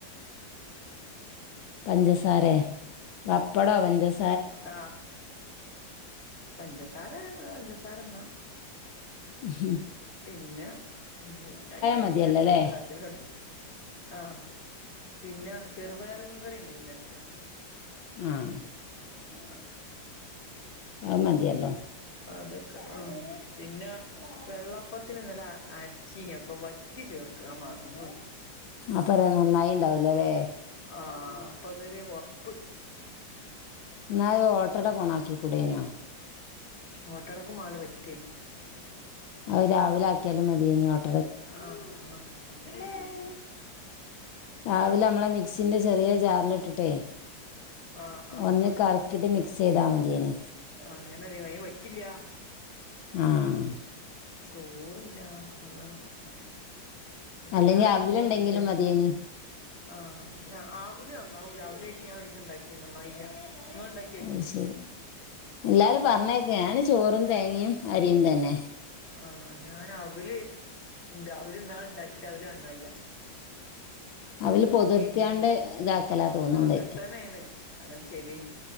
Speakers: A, on the left; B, on the left.
A: പഞ്ചസാരയോ പപ്പടോ പഞ്ചസ്‌
B: ആ പഞ്ചസാര പഞ്ചസാര തിന്നാ
A: മ്മ്ഹ് <unintelligible>
B: പിന്നെ ന്നെന്താ
A: മതിയല്ലോല്ലേ
B: <unintelligible> ആ പിന്നെ ചെറുപയറും കറിയിണ്ട് ഇന്നലത്തെ
A: ആഹ്
B: മ്
A: അത് മതിയല്ലോ
B: അതൊ <unintelligible> ആ പിന്നെ വെള്ളപ്പത്തിന് ഇന്നലെ അരച്ചീനി അപ്പൊ വ ത്തി ചേർക്കാൻ മറന്ന്പോയി
A: അപ്പ എങ്ങനാ നന്നായിണ്ടാവലല്ലേ
B: ആഹ അപ്പൊ അതൊരു വെറുപ്പ്
A: എന്നാൽ അത് ഓട്ടട പണ ആക്കിക്കൂടനോ
B: ഓട്ടടക്കും വാണം വറ്റ്
A: അത് രാവില ആക്കിയാലും മതിയിനി ഓട്ട -
B: ആഹ് ആഹ് അങ്ങനെ <unintelligible> റ്റും
A: രാവിലെ നമ്മളെ മിക്സിന്റെ ചെറിയ ജാറിലിട്ടിട്ടേ-
B: ആഹ് ആഹ്
A: ഒന്ന് കറക്കിട്ട് മിക്സ് ചെയ്താ മതിയേനി
B: അങ്ങനെതി അയ് <unintelligible> ൻ വറ്റില്ല <unintelligible>
A: ആഹ്
B: ചോറില്ല അതാണ് പ്രശ്നം അപ്പൊ
A: അല്ലെങ്കി
B: ഞാനിങ്ങനെ
A: അവിലുണ്ടെങ്കിലും
B: വിചാരിച്ച്-
A: മതിയേനി
B: ആഹ് ഞാ ആവോലി നന്നാവൂല അവോലിയിട്ട് ഞാൻ ഒരു ദിവസം ഉണ്ടാക്കിന്നു നന്നായില്ല നിങ്ങള് -
A: അയ്ശരി എല്ലാരും പറഞ്ഞേക്ക ഞാന് ചോറും തേങ്ങിയും അരിയും തന്നെ
B: ആ ഞാൻ അവല് ഇണ്ട് അവല് ഇന്നാളി ഇണ്ടാക്കിട്ട് അവല് നന്നായില്ല
A: അവല് പൊതിർത്തിയാണ്ട്
B: പിന്നെ
A: ഇതാക്കലാ തോന്നുന്നുണ്ട്
B: അങ്ങനെ തന്നെയാണ് അങ്ങന ചെയ്തനി